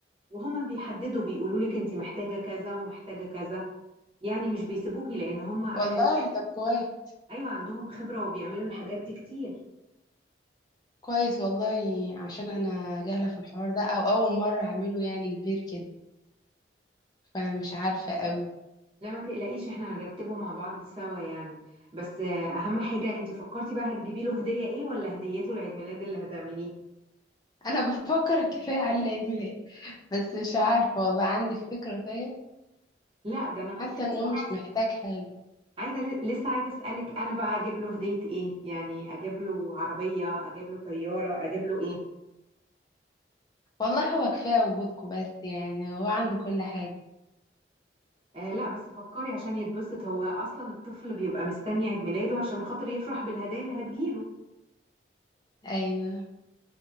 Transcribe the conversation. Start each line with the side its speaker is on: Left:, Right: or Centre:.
Right: وهما بيحددوا بيقولوا لك انت محتاجه كذا ومحتاجه كذا يعني مش بيسيبوكي لان هما
Left: والله
Right: خلي بالك
Left: طب كويس
Right: ايوه عندهم خبره وبيعملوا الحاجات دي كتير
Left: كويس والله عشان انا جاهله في الحوار ده او اول مره اعمله يعني كبير كده فانا مش عارفه قوي
Right: لا ما تقلقيش احنا هنرتبه مع بعض سوا يعني بس آه، اهم حاجه انت فكرتي بقى هتجيبي له هديه ايه ولا هديته العيد ميلاد اللي هتعمليه
Left: <laughs> انا بفكر كفايه على العيد ميلاد بس مش عارفه والله عندك فكره طيب
Right: لا ده انا كنت
Left: حاسه
Right: لسه
Left: ان هو مش
Right: عايزه
Left: محتاج حاجه
Right: عايزه لسه عايزه اسالك انا بقى اجيب له هديه ايه يعني اجيب له عربيه اجيب له طياره اجيب له ايه
Left: والله هو كفايه وجودكم بس يعني هو عنده كل حاجه
Right: آه لا بس فكري عشان يتبسط هو اصلا الطفل بيبقى مستني عيد ميلاده عشان خاطر يفرح بالهدايا اللي هتجيله
Left: ايوه